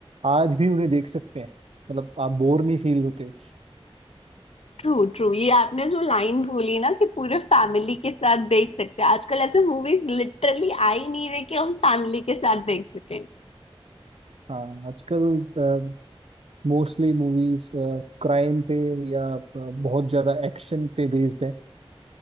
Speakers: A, on the right; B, on the left.
A: आज भी उन्हें देख सकते हैं मतलब आप बोर नहीं फील होते
B: ट्रू ट्रू ये आपने जो लाइन बोली ना कि पूरे फैमिली के साथ देख सकते हैं आजकल ऐसे मूवीज लिटरली आ ही नहीं रहे कि हम फैमिली के साथ देख सकें
A: हाँ आजकल मोस्टली मूवीज क्राइम पे या अ, बहुत ज्यादा एक्शन पे बेस्ड है